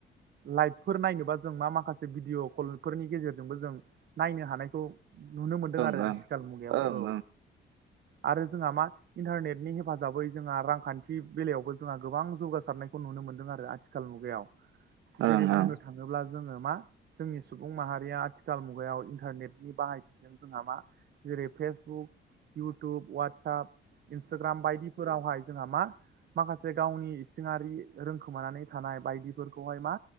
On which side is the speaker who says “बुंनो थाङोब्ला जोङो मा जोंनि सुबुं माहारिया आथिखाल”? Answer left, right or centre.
Right